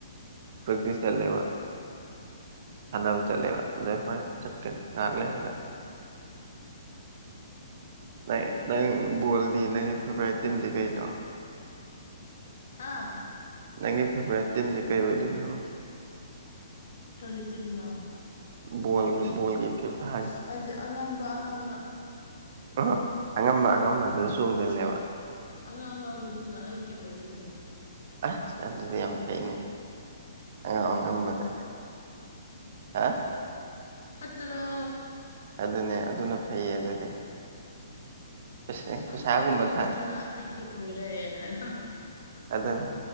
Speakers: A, on the right; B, on the left.
A: ꯄ꯭ꯔꯛꯇꯤꯁ ꯆꯠꯂꯦꯕ ꯁꯥꯟꯅꯕ ꯆꯠꯂꯦꯕ ꯑꯗꯨꯏ ꯍꯣꯔꯦꯟ ꯆꯠꯀꯅꯤ ꯉꯥꯏꯍꯥꯛ ꯂꯩꯔꯒ ꯅꯩ ꯅꯪ ꯕꯣꯜꯗꯤ ꯅꯪꯒꯤ ꯐꯦꯚꯣꯔꯥꯏꯠ ꯇꯤꯝꯗꯤ ꯀꯩꯅꯣ
B: ꯍꯥꯥ
A: ꯅꯪꯒꯤ ꯐꯦꯚꯣꯔꯥꯏꯠ ꯇꯤꯝꯗꯤ ꯀꯩ ꯑꯣꯏꯗꯣꯏꯅꯣ
B: ꯀꯔꯤ ꯇꯤꯝꯅꯣ
A: ꯕꯣꯜꯒꯤ ꯕꯣꯜꯒꯤ ꯐꯤꯐꯥꯒꯤ
B: ꯑꯁ ꯑꯩꯗꯤ ꯑꯉꯝꯕ ꯑꯉꯝꯕ
A: ꯑꯣ ꯑꯉꯝꯕ ꯑꯉꯝꯕꯗꯨꯗ ꯆꯣꯡꯖꯤꯜꯂꯦꯕ
B: ꯑꯉꯝ ꯑꯉꯝꯕꯗꯨꯅ ꯑꯩꯒꯤ ꯑꯣꯏꯔꯦ ꯀꯩꯅꯣ
A: ꯑꯥ ꯑꯗꯨꯗꯤ ꯌꯥꯝ ꯐꯩꯅꯦ ꯑꯉꯥꯝ ꯑꯉꯝꯕꯗꯨꯗꯤ
B: ꯐꯠꯇꯔ
A: ꯍꯥ
B: ꯐꯠꯇ꯭ꯔꯣ
A: ꯑꯗꯨꯅꯦ ꯑꯗꯨꯅ ꯐꯩꯌꯦ ꯑꯗꯨꯗꯤ ꯄꯩꯁꯥ-
B: ꯑꯉꯝ
A: ꯄꯩꯁꯥꯒꯨꯝꯕ
B: ꯑꯉꯝꯕꯗꯨꯅ
A: ꯊꯥꯅ
B: ꯑꯩꯒꯤ ꯑꯣꯏꯔꯦ ꯍꯥꯏꯅ
A: ꯑꯗꯨꯅꯦ